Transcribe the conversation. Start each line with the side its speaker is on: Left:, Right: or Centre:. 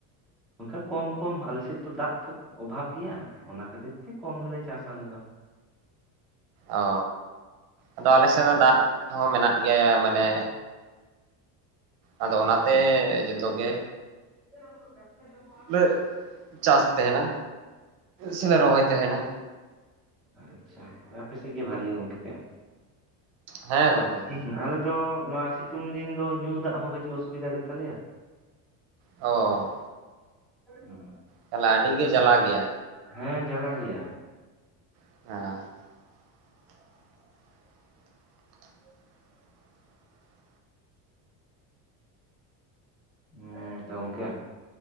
Centre: ᱠᱟᱝᱠᱷᱟᱡ ᱚᱱᱠᱟ ᱠᱚᱢ ᱠᱚᱢ ᱟᱞᱮᱥᱮᱫ ᱛᱚ ᱫᱟᱜ ᱛᱚ ᱚᱵᱷᱟᱵ ᱜᱮᱭᱟ, ᱚᱱᱟ ᱠᱷᱟᱹᱛᱤᱨ ᱛᱮ ᱠᱚᱢ ᱜᱮᱞᱮ ᱪᱟᱥᱟ ᱟᱞᱮ ᱫᱚ᱾
Right: ᱚ ᱟᱫᱚ ᱟᱞᱮ ᱥᱮᱫ ᱫᱚ ᱫᱟᱜ ᱦᱚᱸ ᱢᱮᱱᱟᱜ ᱜᱮᱭᱟ ᱢᱟᱱᱮ ᱟᱫᱚ ᱚᱱᱟᱛᱮ ᱡᱚᱛᱚ ᱜᱮ
Centre: <unintelligible>
Right: ᱞᱮ ᱪᱟᱥ ᱛᱟᱦᱮᱱᱟ ᱥᱮᱞᱮ ᱨᱚᱦᱚᱭ ᱛᱟᱦᱮᱱᱟ᱾
Centre: ᱟᱪᱪᱷᱟ ᱛᱚ ᱟᱯᱮ ᱥᱮᱫ ᱜᱮ ᱵᱷᱟᱹᱞᱤ ᱜᱚᱢᱠᱮ᱾
Right: ᱦᱮᱸ ᱜᱚᱝᱠᱮ᱾
Centre: <unintelligible> ᱟᱞᱮ ᱫᱚ ᱱᱚᱣᱟ ᱥᱤᱛᱩᱝ ᱫᱤᱱ ᱫᱚ ᱧᱩ ᱫᱟᱜ ᱦᱚᱸ ᱠᱟᱹᱴᱤᱡ ᱚᱥᱩᱵᱤᱫᱟ ᱜᱮᱛᱟᱞᱮᱭᱟ᱾
Right: ᱚ᱾
Centre: ᱦᱩᱸ᱾
Right: ᱛᱟᱦᱚᱞᱮ ᱟᱹᱰᱤ ᱜᱮ ᱡᱟᱞᱟ ᱜᱮᱭᱟ᱾
Centre: ᱦᱮᱸ ᱡᱟᱞᱟ ᱜᱮᱭᱟ᱾
Right: <unintelligible> <inaudible>
Centre: ᱦᱩᱸ ᱛᱚ ᱜᱚᱝᱠᱮ᱾